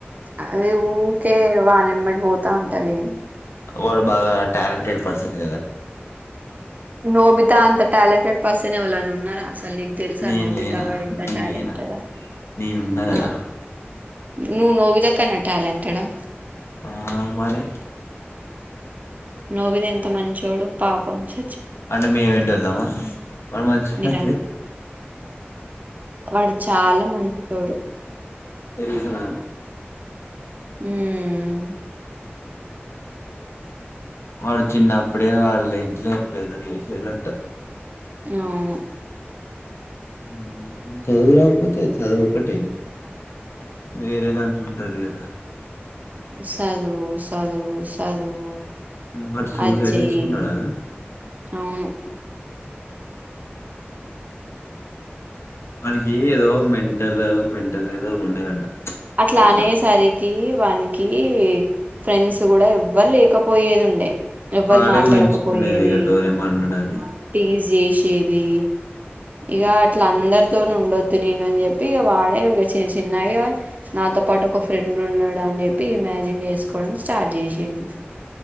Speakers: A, on the right; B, on the left.
A: అది ఊకే వానిమ్మటి పోతా ఉంటది
B: వాడు బాగా ట్యాలెంటెడ్ పర్సన్ కదా
A: నోబితా అంత టాలెంటెడ్ పర్సన్ ఎవలన్న ఉన్నారా అసల్ సల్ నీకు తెల్సా
B: నేను
A: నోబితా
B: లేనా
A: గాడు ఎంత
B: నేను
A: ట్యాలెంటెడో
B: లేనా నేనున్నా కదా
A: ఆ నువ్వు నోబితా కన్నా ట్యాలెంటెడా
B: ఆ మరి
A: నోబితా ఎంత మంచోడు పాపం చీ
B: అంటే మేం ఎడ్దోళ్ళమ మరి మర్చిపోతివి
A: మీరన్ వాడు చాలా మంచి చోడు
B: తెలుసు నాకు
A: హ్మ్
B: వాడు చిన్నప్పుడే వాళ్ళ ఇంట్లో ప్రెజర్ చేసిర్రు అంట
A: అవును
B: <unintelligible> చదువు రాకపోతే చదువు ఒకటే వేరే దాంట్లో ఉంటది కదా
A: సదువు సదువు సదువు
B: వాడు సూసైడ్
A: అజ్జేయ్
B: చేసుకున్నాడా
A: అవును
B: వానికి ఏదో మెంటల్ మెంటల్ ఏదో ఉండేదంట
A: అట్లా
B: ఎట్లా
A: అనేసరికి వానికి ఫ్రెండ్స్ కూడా ఎవ్వరు లేకపోయేదుండే ఎవ్వల్
B: వాడే
A: మాట్లాడకపోయేది
B: ఊహించుకునేది ఇక డోరేమాన్ ఉన్నాడని
A: ఆ టీస్ జేసేది ఇక అట్లా అందరితోను ఉండొద్దు నేను అని చెప్పి ఇక వాడే ఇక చిన్న చిన్నగా నాతో పాటు ఒక ఫ్రెండ్ ఉన్నాడు అని చెప్పి ఇమాజిన్ చేసుకోవడం స్టార్ట్ చేసిండు